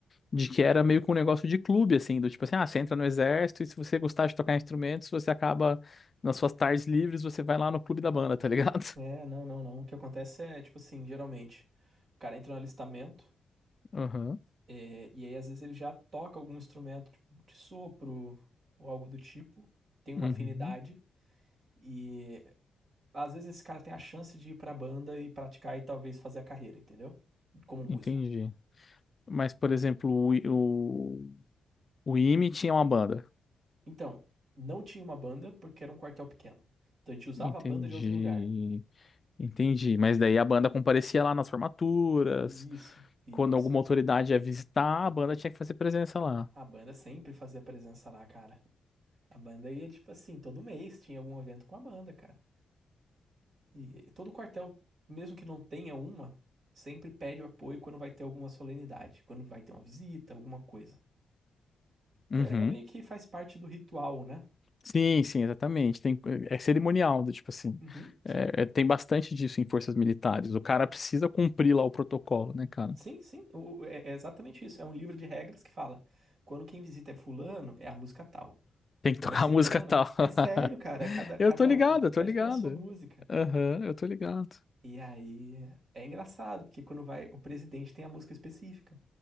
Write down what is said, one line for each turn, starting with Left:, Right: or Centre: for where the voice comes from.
Left: de que era meio que um negócio de clube, assim, do tipo assim, ah, você entra no exército e se você gostar de tocar instrumentos, você acaba nas suas tardes livres, você vai lá no clube da banda, tá ligado?
Right: É, não, não, não. O que acontece é, tipo assim, geralmente, o cara entra no alistamento.
Left: Aham.
Right: É, e aí, às vezes, ele já toca algum instrumento, tipo, de sopro ou algo do tipo, tem uma
Left: Uhum.
Right: afinidade, e às vezes esse cara tem a chance de ir pra banda e praticar e talvez fazer a carreira, entendeu? Como músico.
Left: Entendi. Mas, por exemplo, o, O IME tinha uma banda.
Right: Então, não tinha uma banda porque era um quartel pequeno. Então a gente usava
Left: Entendi.
Right: a banda de outro lugar.
Left: Entendi. Mas daí a banda comparecia lá nas formaturas.
Right: Isso, isso.
Left: Quando alguma autoridade ia visitar, a banda tinha que fazer presença lá.
Right: A banda sempre fazia presença lá, cara. A banda ia, tipo assim, todo mês tinha algum evento com a banda, cara. E todo quartel, mesmo que não tenha uma, sempre pede o apoio quando vai ter alguma solenidade, quando vai ter uma visita, alguma coisa. Porque
Left: Uhum.
Right: é, é meio que faz parte do ritual, né?
Left: Sim, sim, exatamente. Tem, é cerimonial, do tipo assim.
Right: Uhum,
Left: É-
Right: sim.
Left: é- tem bastante disso em forças militares. O cara
Right: é.
Left: precisa cumprir lá o protocolo, né, cara?
Right: Sim, sim. O- o- é, é exatamente isso. É um livro de regras que fala: quando quem visita é fulano, é a música tal.
Left: Tem que
Right: Quando
Left: tocar
Right: é ciclana,
Left: <laughs> música tal. <laughs>
Right: é sério, cara. Cada, cada
Left: Eu tô ligado,
Right: um- autoridade
Left: eu tô ligado.
Right: tem a sua música.
Left: Aham, eu tô ligado.
Right: E aí é engraçado, porque quando vai, o presidente tem a música específica,